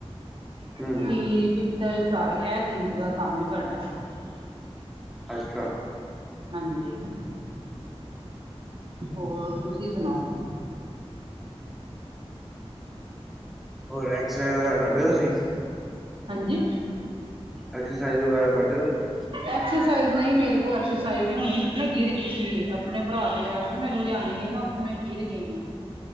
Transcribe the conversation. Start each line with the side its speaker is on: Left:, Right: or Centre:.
Centre: ਹਮ
Right: ਸਟੀਲ, ਪਿੱਤਲ ਸਾਰੇ ਇਹ ਚੀਜ਼ ਦਾ ਕੰਮ ਸਾਡਾ।
Centre: ਅੱਛਾ।
Right: ਹਾਂਜੀ, ਹੋਰ ਤੁਸੀਂ ਸੁਣਾਓ
Centre: ਹੋਰ ਐਕਸਰਸਾਈਜ਼ ਵਗੈਰਾ ਕਰਦੇ ਹੋ ਤੁਸੀਂ
Right: ਹਾਂਜੀ
Centre: ਐਕਸਰਸਾਈਜ਼ ਵਗੈਰਾ ਕਰਦੇ ਹੋ ਤੁਸੀਂ
Right: ਐਕਸਰਸਾਈਜ਼ ਨਹੀਂ, ਮੇਰੇ ਕੋਲ ਐਕਸਰਸਾਈਜ਼ ਨਹੀਂ ਹੁੰਦੀ, ਮੈੰ ਗਿਰ ਗਈ ਸੀ, ਆਪਣੇ ਭਰਾ ਦੇ ਵਿਆਹ ਤੇ, ਮੈ ਲੁਧਿਆਣੇ ਗਈ ਸੀ ਨਾ ਮੈਂ ਗਿਰ ਗਈ